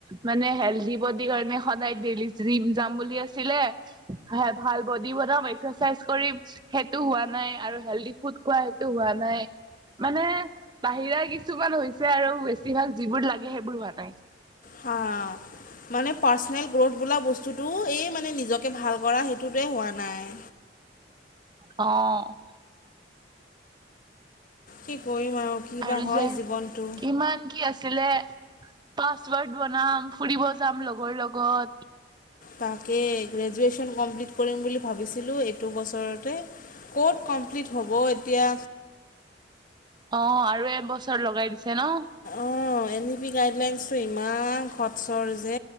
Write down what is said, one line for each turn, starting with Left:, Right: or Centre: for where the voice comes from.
Right: মানে হেলডি বডীৰ কাৰণে সদায় ডেইলি জিম যাম বুলি আছিলে। খাই ভাল বডী বনাম, এক্সাৰচাইজ কৰিম, সেত টো হোৱা নাই, আৰু হেল্ডি ফুড খোৱা সেইটো হোৱা নাই। মানে, বাহিৰা কিছুমান হৈছে আৰু বেছিভাগ যিবোৰ লাগে সেইবোৰ হোৱা নাই।
Left: অ'। মানে পাৰ্চনেল গ্ৰ'থ বোলা বস্তুটো, এই মানে নিজকে ভাল কৰা সেইটোতে হোৱা নাই।
Right: অ'।
Left: কি কৰিম আৰু। কি
Right: আৰু
Left: বা হয়
Right: যে,
Left: জীৱনটো।
Right: কিমান কি আছিলে। পাছৱৰ্ড বনাম, ফুৰিব যাম লগৰ লগত।
Left: তাকে, গ্ৰেজুৱেশ্যন কমপ্লিট কৰিম বুলি ভাবিছিলোঁ, এইটো বছৰতে। ক'ত কমপ্লিট হ'ব এতিয়া।
Right: অ', আৰু এবছৰ লগাই দিছে ন।
Left: অ', এন ই পি গাইডলাইনছটো ইমান খটচৰ যে।